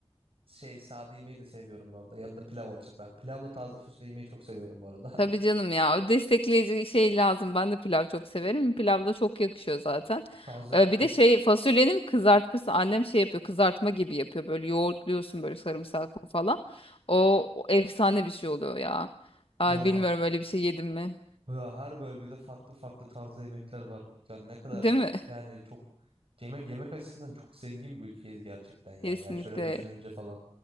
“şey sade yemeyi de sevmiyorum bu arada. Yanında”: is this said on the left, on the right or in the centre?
Right